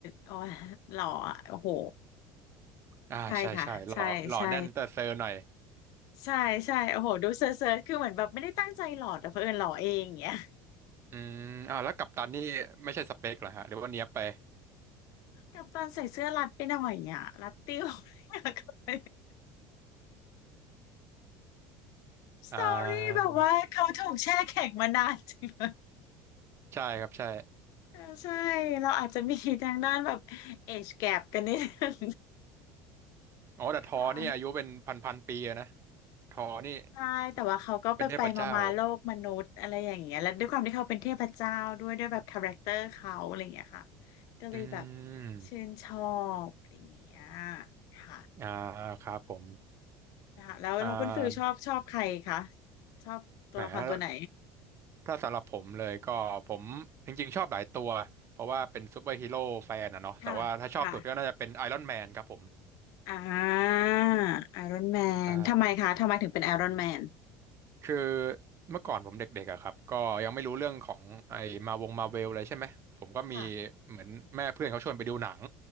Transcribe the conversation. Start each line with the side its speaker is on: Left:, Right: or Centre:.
Left: โอ้ยหล่ออะโอ้โห
Right: อ่าใช่ใช่หล่อหล่อแน่นเตอร์เซอร์หน่อย
Left: ใช่ค่ะใช่ใช่ใช่ใช่โอ้โหดูเซอร์เซอร์คือเหมือนแบบไม่ได้ตั้งใจหล่อดแต่เผอิญหล่อเองอย่างเงี้ย
Right: อืมอ่าแล้วกัปตันนี่ไม่ใช่สเปคเหรอฮะหรือว่าเนี้ยบไป
Left: กับตอนใส่เสื้อรัดไปหน่อยอ่ะรัดติ้วอยากกลับไป
Right: <laughs>
Left: สตอรี่แบบว่าเขาถูกแช่แข็งมานานจริงเลย
Right: อ่าใช่ครับใช่
Left: เออใช่เราอาจจะมีทางด้านแบบเอ e แกปกันนิดนึง
Right: อ๋อแต่ทอนี่อายุเป็นพันพันปีอะนะ
Left: ค่ะ
Right: ทอนี่
Left: ใช่แต่ว่าเขาก็ไปไปมามาๆโลกมนุษย์อะไรอย่างเงี้ยแล้วด้วยความที่เขาเป็นเทพเจ้าด้วยด้วยแบบคาแรคเตอร์เขาอะไรอย่างเงี้ยค่ะ
Right: เป็นเทพเจ้า
Left: ก็เลยแบบ
Right: อืม
Left: ชื่นชอบอะไรอย่างเงี้ยค่ะ
Right: อ่าครับผม
Left: นะคะแล้วเราคุณฟิลชอบชอบใครคะ
Right: อ่า
Left: ชอบตัวละครตัวไหน
Right: แหมถ้าถ้าสำหรับผมเลยก็ผมจริงๆชอบหลายตัวเพราะว่าเป็นซูเปอร์ฮีโร่แฟนอะเนาะแต่ว่าถ้าชอบสุดก็น่าจะเป็นไอรอนแมนครับผม
Left: ค่ะค่ะ อ่าไอรอนแมนทำไมคะทำไมถึงเป็นไอรอนแมน
Right: ใช่ คือเมื่อก่อนผมเด็กๆอะครับก็ยังไม่รู้เรื่องของไอ้มาวงมาเวลเลยใช่ไหมผมก็มี
Left: ค่ะ
Right: เหมือนแม่เพื่อนเขาชวนไปดูหนัง